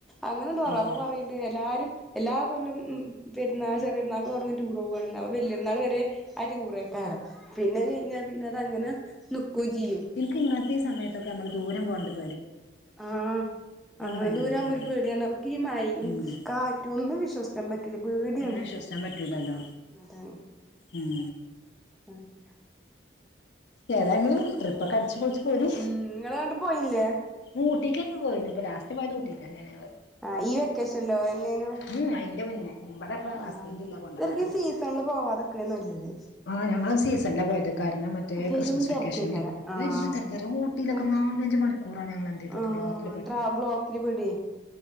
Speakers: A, in the centre; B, on the left (about 65°).
A: അങ്ങനെണ്ടോ
B: ഉം
A: അപ്പോപറയുണ്ട് എല്ലാരും എല്ലാ കൊല്ലം ഉ പെരുന്നാ ചെറിയപെരുന്നാൾ തുടങ്ങടൂർപോവാണ് അപ്പം വല്യ പെരുന്നാൾ വരെ ആ ടുറേ യ്ക്കാരം പിന്നെ കഴിഞ്ഞാൽ പിന്നെ അതങ്ങനെ നിക്കുയും ചെയ്യും
B: എനിക്ക് ഇങ്ങനത്തെ ഈ സയത്തൊക്കെ നമ്മള് ദൂരം പോണ്ടത്
A: ആഹ് അങ്ങനെ
B: ഭയങ്കര
A: ദൂരകുമ്പോ
B: പേടിയാണ്
A: ഒരു പേടിയ നമുക്ക് ഈ മയും
B: ഉം
A: കാറ്റും ഒന്നും വിശ്വസി ക്കാൻ പറ്റില്ല പേടിയാണ്
B: ഒന്നും വിശ്വസിക്കാൻ പറ്റൂലല്ലോ
A: അതാണ്
B: ഉം
A: അ <unintelligible>
B: ഏതാങ്കിലും ട്രിപ്പ് ഒക്കെ അടിച്ചു പോളിച്ച്പോരി
A: ഉം നിങ്ങള് എങ്ങട്ടും പോയില്ലേ
B: ഊട്ടിക്ക് ങ്ങങ്ങള് പോയി ഇപ്പോ ലാസ്റ്ററ്റ് പോയത് ഊട്ടിക്ക തന്നെ ഞങ്ങള്
A: ആഹ് ഈ വെക്കേഷനില്ലോഎന്നോ യിന്നു
B: ഉം അതിൻന്റെ മുന്നേ ഇവിടെ ഇപ്പ
A: ആഹ
B: ഹസ്ബൻഡ് ഇല്ല കൊണ്ടോവാനൊന്നും
A: ശരീക്ക് സീസണില് പോവാതൊക്കെണ് നല്ലത്
B: ആ ഞങ്ങള് സീസണില പോയത് കാരണം മറ്റേ
A: പെരും
B: ക്രിസ്മസ് വെക്കേഷനില്
A: തിരക്കേക്കാരം
B: പെരും
A: ആഹ്
B: തിരക്ക ഒ ഊട്ടയിലൊക്കെ
A: തിരക്ക്
B: നാലഞ്ച മണിക്കൂറാണ് ഞങ്ങൾ എന്ത് ചെയ്തത്
A: ആഹ്
B: ബ്ലോക്കിൽ പെട്ടത്
A: ട്രാ ബ്ലോക്കില് പെടുവേ